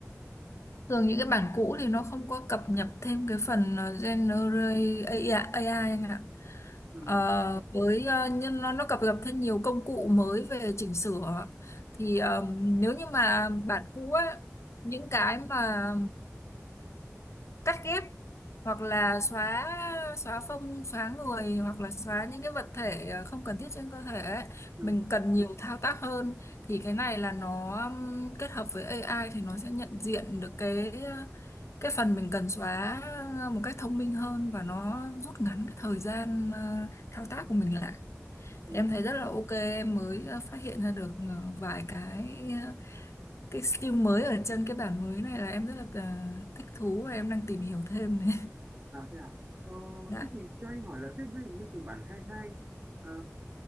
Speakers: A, on the left; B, on the right.
A: Thường những cái bản cũ thì nó không có cập nhật thêm cái phần ờ, Generate AI, AI anh ạ.
B: Ừ.
A: Ờ, với ờ, nhưng nó nó cập nhật thêm nhiều công cụ mới về chỉnh sửa thì ờ, nếu như mà bản cũ á những cái mà cắt ghép hoặc là xóa xóa phông xóa người hoặc là xóa những cái vật thể ờ, không cần thiết trên cơ thể ấy.
B: Ừ.
A: Mình cần nhiều thao tác hơn thì cái này là nó ừm, kết hợp với AI thì nó sẽ nhận diện được cái ờ, cái phần mình cần xóa ờ, một cách thông minh hơn và nó rút ngắn cái thời gian ờ, thao tác của mình lại
B: Ừ.
A: thì em thấy rất là ok em mới ờ, phát hiện ra được ờ, vài cái ờ, cái skill mới ở trên cái bản mới này là em rất là ờ, thích thú và em đang tìm hiểu thêm này
B: À thế à? Ờ,
A: Dạ.
B: thế thì cho anh hỏi là thế ví dụ như từ bản 22 ờ,